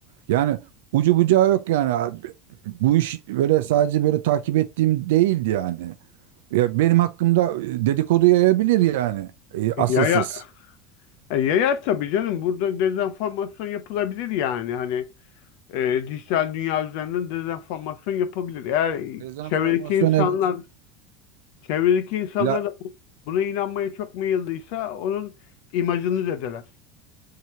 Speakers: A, on the right (about 85°); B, on the left (about 65°).
A: Yani ucu bucağı yok yani abi. Bu iş böyle sadece böyle takip ettiğim değildi yani. Ya benim hakkımda e, dedikodu yayabilir yani e, asılsız.
B: E, Yaya, e, yayar tabii canım. Burada dezenformasyon yapılabilir yani. Hani e, dijital dünya üzerinden dezenformasyon yapabilir. Eğer
A: Dezenformasyon
B: çevredeki insanlar
A: evet.
B: çevredeki insanlar
A: Bla,
B: da bu- buna inanmaya çok meyilliyse onun imajını zedeler.